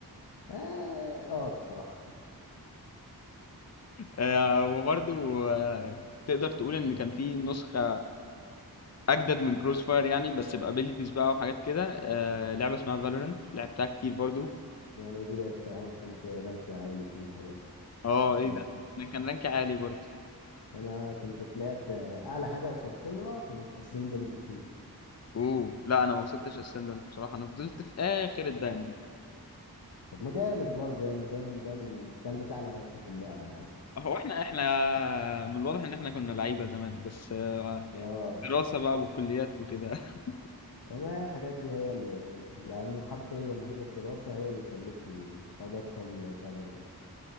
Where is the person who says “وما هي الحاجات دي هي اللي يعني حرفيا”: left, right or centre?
Left